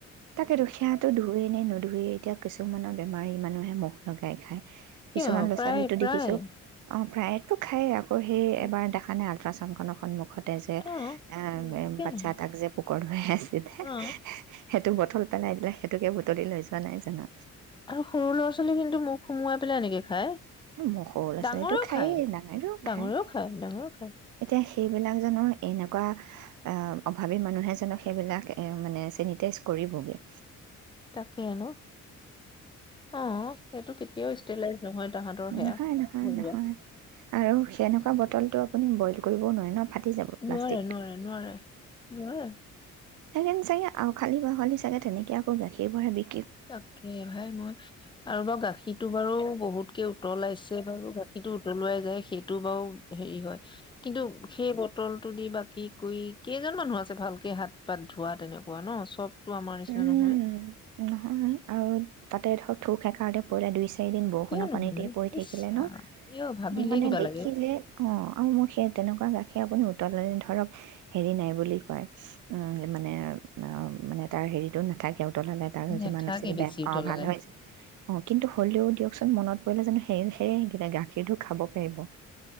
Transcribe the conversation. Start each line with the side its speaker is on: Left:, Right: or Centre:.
Right: তাকে দুখীয়াতো ধুয়ে নে নুধুৱে, এতিয়া কিছুমানৰ বেমাৰী। মানুহে মুখ ন ', গাই খায়।
Left: কিয়
Right: কিছুমান ল'ৰা
Left: প্ৰায়
Right: ছোৱালীটো
Left: প্ৰায়
Right: দেখিছোঁ, অ'। প্ৰায়েটো খায়ে, - ওঃ সেই
Left: উম,
Right: দেখা নাই আল্ট্ৰাছাউণ্ড, কাণখনৰ সম্মুখ, '- মুখতে যে,
Left: অ
Right: আহ',
Left: উম, কিয়
Right: বাচ্ছা
Left: নহয়
Right: এটাক যে পোকৰ ধুৱাই আছিলে।
Left: অ
Right: টো', বটল পেলাই দিলে সেইটোকে বুটলি লৈ যোৱা নাই জানো?
Left: আৰু সৰু ল'ৰা ছোৱালীখিনিটো মোক সোমোৱাই পেলাই এনেকে খায়।
Right: মোৰ সৰু ল'ৰা
Left: ডাঙৰেও
Right: ছোৱালীটো খায়েই
Left: খায়
Right: ডাঙাই খাই
Left: ডাঙৰেও খায় ডাঙৰেও খায়
Right: এতিয়া সেইবিলাক জানো এনেকুৱা অভাৱী মানুহে জানো সেইবিলাক মানে চেনিটাইজ কৰিবগৈ
Left: তাকে ন অ সেইটো কেতিয়াও ষ্টেলাইজ নহয় তাহাঁতৰ সেয়া
Right: নহয় নহয়
Left: ঘৰুৱা
Right: নহয় আৰু সেনেকুৱা বটলটো আপুনি বইল কৰিব নোৱাৰে ন যাব প্লাষ্টিকটো
Left: নোৱাৰে নোৱাৰে নোৱাৰে নোৱাৰে
Right: সেই কানে চাগে অ খালি ব খালি চাগে তেনেকে আকৌ গাখীৰ ব বি
Left: তাকে ভাই মই আৰু বাৰু গাখীৰতটো বাৰু বহুতকে উতলাইছে বাৰু গ সিটো উতলোৱাাই যায় সেই টো বা হেৰি হয় কিন্তু সেই বটল টো দি বাকি কৰি কেইজন মানুহ আছে ভালকে হাত পাত ধোৱা তেনেকুৱা ন চব টো আমাৰ নিচিনা
Right: উম
Left: নহয়
Right: নহয় আৰু তাতে ধৰক থুক সেকাৰ দি পৰিলে দুই চাৰিদিন বৰষুণৰ
Left: কিয় নহয়নো
Right: পানীতে পৰি থাকিলে
Left: ইচ ৰাম
Right: ন
Left: কিয় ভাবিলে
Right: মানে
Left: কিবা
Right: দেখিলে
Left: লাগে অ
Right: অ আৰু মোৰ সেই তেনেকুৱা গাখীৰ আপুনি উতল ধৰক হেৰি নাই বুলি কয় মানে মানে তাৰ হেৰিটো নাথাকেও তলালে ত আৰু
Left: নাথাকে
Right: যিমান আছিল
Left: বেছি
Right: বেয়া
Left: উতলালে
Right: অ ভাল হৈছিল অ কিন্তু হ'লেও দিয়কচোন মনত পৰিলে জানো সেই সেইকিনা গাখীৰটো খাব পাৰিব